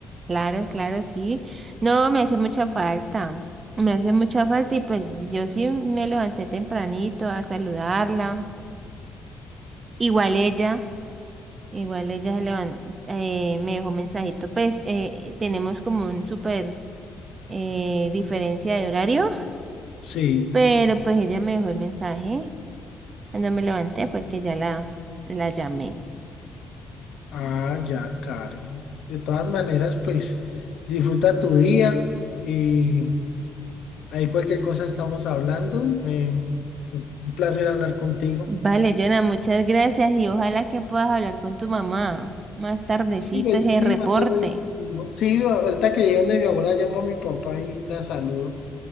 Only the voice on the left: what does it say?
Sí,
ah, ya, Karen. De todas maneras, pues disfruta tu día y ahí cualquier cosa estamos hablando. eh, un placer hablar contigo.
Sí, pues,
sí,
más tarde les digo. Sí, ahorita que llegan de mi abuela, llamo a mi papá y la saludo.